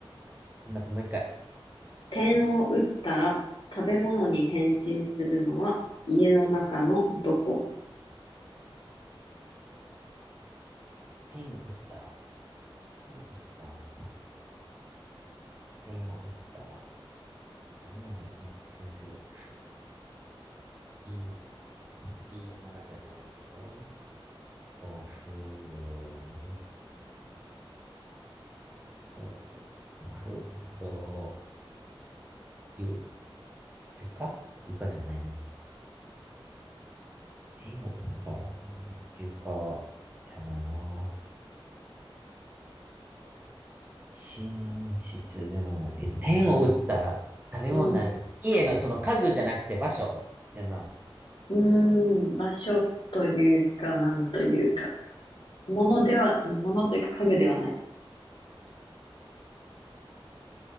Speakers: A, on the right; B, on the left.
A: 待って、もう一回。
B: 点を打ったら食べ物に変身するのは家の中のどこ
A: 点を打ったら、点を打ったら、点を打ったら、食べ物に変身する。いい今じゃないよ。お風呂、お風呂、ゆ、床床じゃないな。天を打ったら、床じゃないな。寝室でもない。え、天を打ったら食べ物になる。
B: うん。
A: 家のその家具じゃなくて場所やな。
B: うーん、場所というか、なんというか。物では、物というか家具ではない。